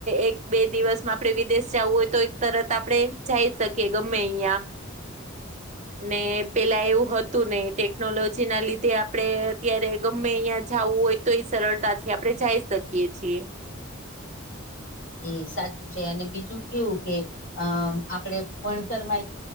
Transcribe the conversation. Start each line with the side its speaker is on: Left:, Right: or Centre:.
Right: એક બે દિવસમાં આપડે વિદેશ જાવું હોય તો તરત આપણે જાઈ શકીએ ગમે અહીંયા ને પેલા એવું હતું નઇ ટેક ટેકનોલોજીના લીધે આપણે અત્યારે ગમે અહીંયા જાવું હોય તો એ સરળતાથી આપણેે જાઈ શક શકીએ છીએ.
Left: એ સાચું છે. અને બીજુ કેવું કે અ આપડે ભણતરમાં